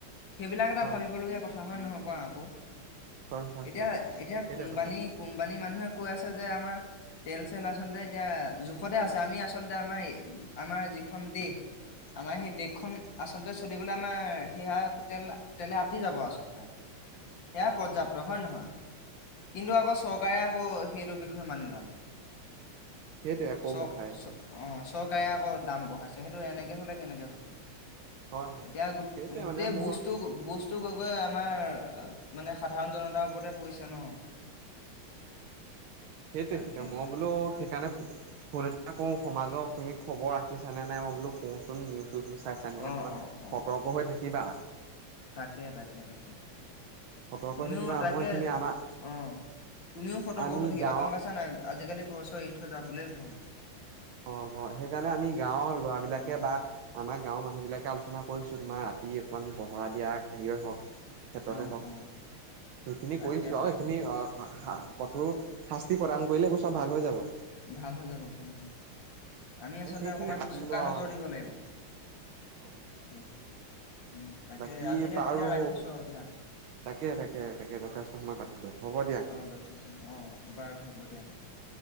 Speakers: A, on the left; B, on the right.
A: সেইবিলাক এটা
B: হয়
A: ভাবিবলগীয়া কথা হয় নহয় কোৱা আকৌ,
B: হয় হয়
A: এতিয়া
B: হয়
A: এতিয়া
B: সেইটোৱে
A: কোম্পানী
B: কথাটো।
A: কোম্পানীৰ মানুহে কৈ আছে যে আমাৰ, তেল চেল আচলতে এতিয়া জোখতে আছে আমি আচলতে আমাৰ আমাৰ যিখন দেশ, আমাৰ সেই দেশখন আচলতে চলিবলে আমাৰ সেয়া তেল তেলে আতি যাব আচলতে। সেয়াই পৰ্যাপ্ত হয় নহয়? কিন্তু
B: হয়
A: আকৌ চ চৰকাৰে আকৌ সেইটো বিষয়ে মানি লোৱা নাই,
B: সেইটোৱে আকৌ
A: চ
B: বঢ়াই আছে
A: চ অ চৰকাৰে আকৌ দাম বঢ়াইছে সেইটো এনেকে হ'লে কেনেকে হ'ব।
B: হয় হয়।
A: এতিয়া গোট
B: সেইটোৱে
A: গোট
B: মানে মোৰ
A: বোজটো গৈ গৈ আমাৰ মানে সাধাৰণ জনতাৰ ওপৰতে পৰিছে ন।
B: সেইটোৱে
A: তাকে
B: মই
A: তাকে
B: বোলো সেইকাৰণে ফো ফোন এটা ন এটাকে কৰো সমাজৰ তুমি খবৰ ৰাখিছা নে নাই মই বোলো কওঁচোন নিউজ-চিউজবোৰ চাইছানে তেনেহ'লে
A: অ
B: অকণমান
A: অ অ
B: সতৰ্ক হৈ থাকিবা
A: তাকে তাকে তাকে
B: সতৰ্ক
A: তুমিও
B: হৈ থাকিবা
A: তাকে
B: মই এইখিনি আমাৰ
A: অ তুমিও সতৰ্ক
B: আমি
A: হৈ থাকিবা
B: গাঁৱৰ
A: গম পাইছা নে নাই, আজিকালি ঘৰ-চৰ এৰি থৈ যাবলেই ভয়।
B: অ অ সেইকাৰণে আমি গাঁৱৰ ল'ৰাবিলাকে
A: অ
B: বা আমাৰ গাঁৱৰ মানুহবিলাকে আলোচনা কৰিছো তোমাৰ ৰাতি অকণমান পহৰা দিয়া হেৰিয়ে হওঁক ক্ষেত্ৰতে
A: অ
B: হওঁক,
A: অ
B: সেইখিনি
A: তাকে
B: কৰিছোঁ আৰু
A: তাকে
B: সেইখিনি
A: তাকে
B: শা
A: অ
B: কঠোৰ শাস্তি প্ৰদান কৰিলে এইবোৰ চব ভাল হৈ যাব।
A: ভাল হৈ যাব ভাল হৈ যাব, আমি আচলতে
B: সেইখিনিয়ে
A: অকমান
B: পাতিলো
A: চোকা
B: আৰু
A: নজৰ দিব লাগিব।
B: অ, তাকে
A: অ
B: তাকে সেইখিনিয়ে।
A: উম তাকে
B: বাকী
A: আজিলৈ
B: বাৰু
A: তেতিয়া ৰাখিছো আৰু দিয়া
B: তাকে তাকে তাকে যথেষ্ট সময় পাতিলো হ'ব দিয়া।
A: যথেষ্ট অ, বাৰু হ'ব দিয়া তেতিয়া।